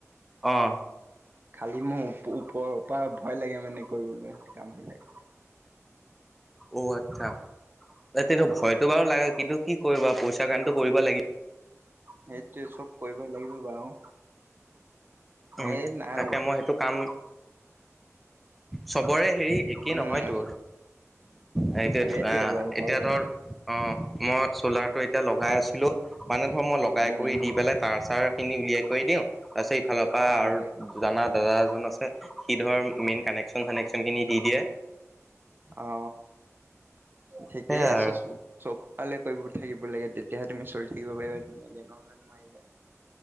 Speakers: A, in the centre; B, on the right (about 40°).
A: অ'।
B: খালি মোৰ ওপৰপা ভয় লাগে মানে কৰিবলৈ কামবিলাক।
A: অ আচ্ছা তাতেনো ভয়তটো বাৰু লাগে কিন্তু কি কৰিবা পইচা কাণেটো কৰিব লাগিব
B: সেইটোৱে চব কৰিবই লাগিব বাৰু।
A: উম
B: এই নাই
A: তাকে মই সেইটো কাম চবৰে হেৰি একেই
B: উম
A: নহয়তো। হেইটোৱেটো
B: সেইটোৱে
A: অহ
B: বাৰু হয়
A: এতিয়া
B: বাৰু।
A: ধৰ অ মই চ'লাৰটো এতিয়া লগাই আছিলোঁ মানে ধৰক মই লগাই
B: উম
A: কৰি
B: উম
A: দি পেলাই তাৰ চাৰ খিনি উলিয়াই কৰি দিওঁ তাৰ পিছত ইফালৰ পৰা
B: আহ
A: আৰু জাত দাদা এজন আছে সি ধৰ মেইন কানেকচন চানেকচন খিনি দি দিয়ে।
B: অ ঠিকেই
A: সেয়াই
B: আছে
A: আৰু
B: চব চব ফালে কৰিব থাকিব লাগে তেতিয়াহে তুমি চলি থাকিব পাৰিবা ধুনীয়াকে নহলে নোৱাৰিবা।